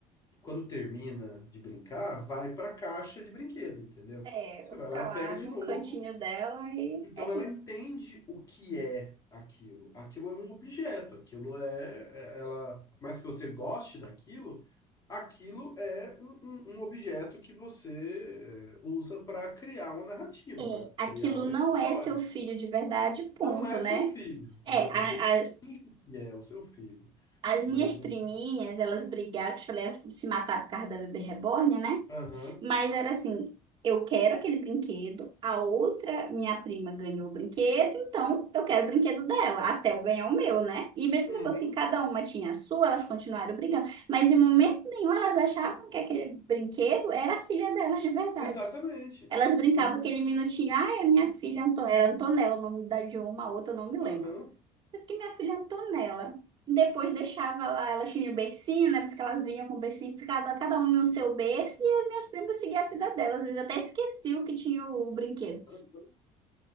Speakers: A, on the left (about 25°); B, on the right (about 35°).
A: quando termina de brincar, vai para a caixa de brinquedo, entendeu?
B: É,
A: Você
B: eu vou
A: vai
B: ficar
A: lá e
B: lá
A: pega de
B: no
A: novo
B: cantinho dela e
A: Então
B: é
A: ela
B: isso.
A: entende o que é aquilo. Aquilo é um objeto, aquilo é, é- ela, mais que você goste daquilo, aquilo é um, um- um objeto que você é, usa para criar uma narrativa,
B: É,
A: para
B: aquilo
A: criar uma
B: não
A: história.
B: é seu filho de verdade, ponto,
A: Não é
B: né?
A: seu filho, entendeu?
B: É,
A: Você finge
B: a,
A: que é o seu filho,
B: As minhas
A: mas você.
B: priminhas, elas brigaram, que eu te falei, elas se mataram por causa da bebê reborn, né?
A: Aham.
B: Mas era assim, eu quero aquele brinquedo, a outra minha prima ganhou o brinquedo, então eu quero o brinquedo dela, até eu ganhar o meu, né? E mesmo
A: Uhum.
B: depois que cada uma tinha a sua, elas continuaram brigando. Mas em momento nenhum elas achavam que aquele brinquedo era a filha delas de verdade.
A: Exatamente.
B: Elas brincavam
A: E-
B: aquele minutinho, ah, é minha filha, Anto- era Antonella, o nome da de uma, a outra eu não me lembro.
A: Aham.
B: Diz que minha filha Antonella. Depois deixava lá, elas tinham o bercinho, né? porque elas vinham com o bercinho, ficava cada uma no seu berço, e as minhas primas seguiam a vida delas. Às vezes até esqueciam que tinha o brinquedo.
A: Aham.